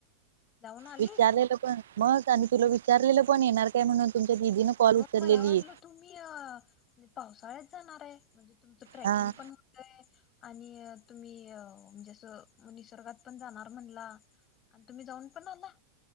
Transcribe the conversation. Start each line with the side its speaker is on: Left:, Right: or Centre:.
Left: जाऊन आलीस
Right: विचारलेलं पण. म त्याने तुला विचारलेलं पण, येणार काय म्हणून. तुमच्या दिदीनं कॉल
Left: अगं
Right: उचललेली
Left: मला वाटलं तुम्ही अ पावसाळ्यात जाणार आहे म्हणजे? तुमचं ट्रॅकिंग
Right: हा
Left: पण होतय आणि अ तुम्ही अ म्हणजे असं म निसर्गात पण जाणार म्हणला, अन तुम्ही जाऊन पण आला.